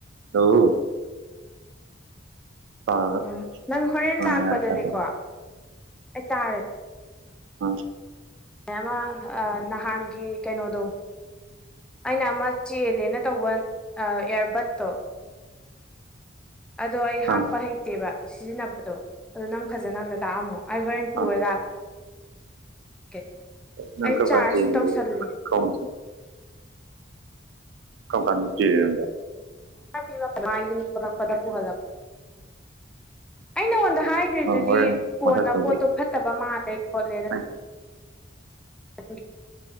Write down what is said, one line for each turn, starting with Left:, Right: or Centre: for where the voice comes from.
Right: <unintelligible> ꯄꯥꯔꯒ
Centre: ꯎꯝ ꯅꯪ ꯍꯣꯔꯦꯟ
Right: ꯑꯥ
Centre: ꯂꯥꯛꯄ
Right: ꯌꯥꯔꯦ
Centre: ꯗꯥꯅꯦꯀꯣ
Right: ꯇꯥꯔꯦ
Centre: ꯑꯩꯇꯥꯥꯔ
Right: ꯑ
Centre: ꯑꯃ ꯑꯥ ꯅꯍꯥꯟꯒꯤ ꯀꯩꯅꯣꯗꯣ ꯑꯩꯅ ꯑꯃ ꯆꯦꯜꯂꯦꯅ ꯇꯧꯕ ꯑꯥ ꯏꯌꯥꯔꯕꯠꯇꯣ ꯑꯗꯣ ꯑꯩ ꯍꯥꯞꯄ
Right: ꯑꯥ
Centre: ꯍꯩꯇꯦꯕ ꯁꯤꯖꯤꯟꯅꯕꯗꯣ ꯑꯗꯣ ꯅꯪ ꯐꯖꯅ ꯑꯝꯇ ꯇꯥꯛꯑꯝꯃꯣ ꯑꯩ ꯍꯣꯔꯦꯟ ꯄꯨꯔ
Right: ꯑꯥ
Centre: ꯂꯥꯛ ꯀꯦ
Right: ꯅꯪ
Centre: ꯑꯩ
Right: ꯀꯔꯝ
Centre: ꯆꯥꯔꯖꯁꯨ
Right: ꯀꯥꯟ ꯌꯦꯡꯗꯣꯏ
Centre: ꯇꯧꯁꯤꯜꯂꯤ
Right: <unintelligible> ꯀꯝ ꯀꯥꯟꯗ ꯆꯦꯔꯕ
Centre: <unintelligible> ꯌꯨꯝꯊꯣꯛꯂꯛꯄꯗ ꯄꯨꯍꯟꯂꯛ ꯑꯩ ꯅꯉꯣꯟꯗ ꯍꯥꯏ
Right: ꯑꯥ
Centre: ꯗꯨꯗꯤ
Right: ꯍꯣꯔꯦꯟ
Centre: ꯀꯣꯟꯅ
Right: ꯃꯊꯛ ꯇꯧꯁꯤ
Centre: ꯄꯣꯠꯇꯣ ꯐꯠꯇꯕ ꯃꯥꯜꯂꯦ ꯈꯣꯠꯂꯦꯅ
Right: <unintelligible>
Centre: <unintelligible>